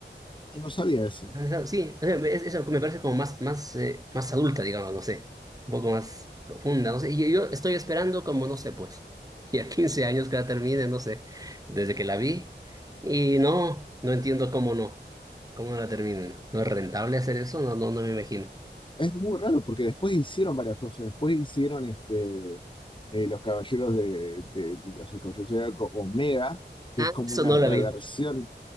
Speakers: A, on the left; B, on the right.
A: Ah, No sabía eso.
B: han dejado, sí, o sea, es- eso me parece como más, más, eh, más adulta, digamos, no sé, un poco más profunda, no sé, y yo, yo estoy esperando como, no sé, pues, y a 15 años que la termine, no sé, desde que la vi, y no, no entiendo cómo no, cómo no la terminan, ¿no es rentable hacer eso? No, no, no me imagino.
A: Es muy raro porque después hicieron varias cosas. Después hicieron este, eh, los caballeros de, de- de- o sea, Caballeros del Zodíaco Omega, que
B: Ah,
A: es como
B: eso
A: una
B: no
A: reversión
B: la vi.